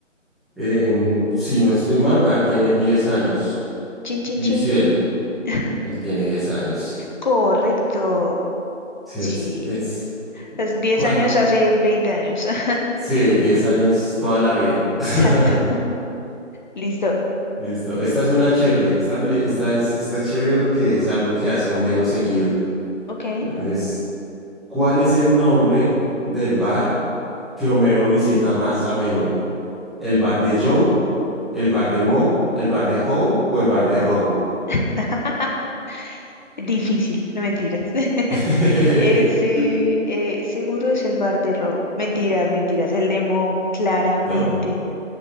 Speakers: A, in the centre; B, on the left.
A: Em, si no estoy mal, Bart tiene 10 años.
B: Chin, chin,
A: Di-
B: chin.
A: Sí, él,
B: <laughs>
A: él tiene 10 años.
B: Correcto.
A: Sí,
B: Sí.
A: es, es,
B: Las 10
A: ¿cuán-
B: años hace 20 años. <laughs>
A: Sí, 10 años toda la vida. <laughs>
B: Exacto. <laughs> Listo.
A: Listo. Esta es una chévere. Esta, peli- esta es, está chévere porque es algo que hace Homero seguido.
B: Ok.
A: Entonces, ¿cuál es el nombre del bar que Homero visita más a menudo? ¿El bar
B: Ujú.
A: de Joe? ¿El bar de Moe? ¿El bar de Howe? ¿O el bar de Row?
B: <laughs> Difícil, no mentiras. <laughs>
A: <laughs>
B: Ese eh, seguro es el bar de Row. Mentiras, mentiras. El demo, claramente.
A: No,